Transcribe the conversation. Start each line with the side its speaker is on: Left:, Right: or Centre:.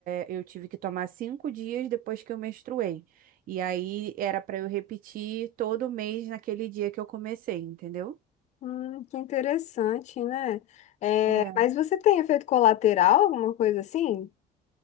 Right: eu tive que tomar cinco dias depois que eu menstruei. E aí era para eu repetir todo mês naquele dia que eu comecei, entendeu?
Left: Hum, que interessante, né? É,
Right: É.
Left: mas você tem efeito colateral, alguma coisa assim?